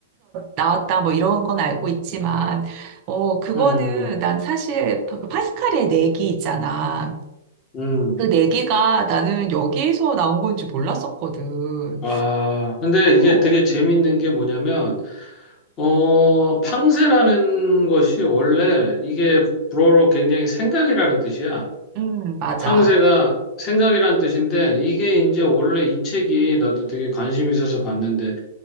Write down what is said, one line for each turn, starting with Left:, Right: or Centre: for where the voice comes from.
Right: 나왔다 뭐 이런 건 알고 있지만 어 그거는
Left: 음,
Right: 난 사실 그 파스칼의 내기 있잖아
Left: 음.
Right: 그 내기가 나는 여기에서 나온 건지 몰랐었거든.
Left: 아, 근데 이게
Right: 어,
Left: 되게 재밌는 게 뭐냐면, 어, 팡세라는 것이 원래 이게 불어로 굉장히 생각이라는 뜻이야.
Right: 음 맞아.
Left: 탕세가 생각이란 뜻인데 이게 이제 원래 이 책이 나도 되게 관심 있어서 봤는데